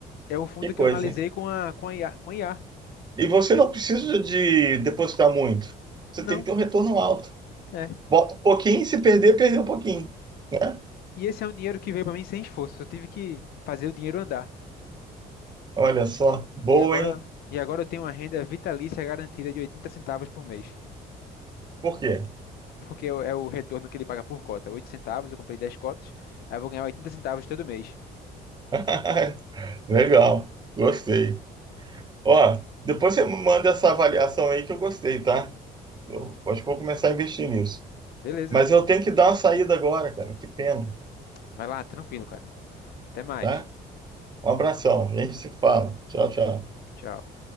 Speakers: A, on the left (about 70°); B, on the right (about 25°).
A: É o fundo
B: Que
A: que
B: coisa,
A: eu analisei
B: hein?
A: com a, com a IA. Com a IA.
B: E você não precisa de depositar muito. Você
A: Não,
B: tem que ter um retorno alto.
A: é.
B: Bota um pouquinho, se perder, perdeu um pouquinho, né?
A: E esse é um dinheiro que veio para mim sem esforço. Eu tive que fazer o dinheiro andar.
B: Olha só, boa,
A: E agora,
B: hein?
A: e agora eu tenho uma renda vitalícia garantida de 80 centavos por mês.
B: Por quê?
A: Porque é o é o retorno que ele paga por cota. 8 centavos, eu comprei 10 cotas. Aí eu vou ganhar 80 centavos todo mês.
B: <laughs> Legal, gostei. Ó, depois você me manda essa avaliação aí que eu gostei, tá? Eu acho que vou começar a investir nisso.
A: Beleza.
B: Mas eu tenho que dar uma saída agora, cara. Que pena,
A: Vai lá, tranquilo, cara. Até mais.
B: tá? Um abração, a gente se fala. Tchau, tchau.
A: Tchau.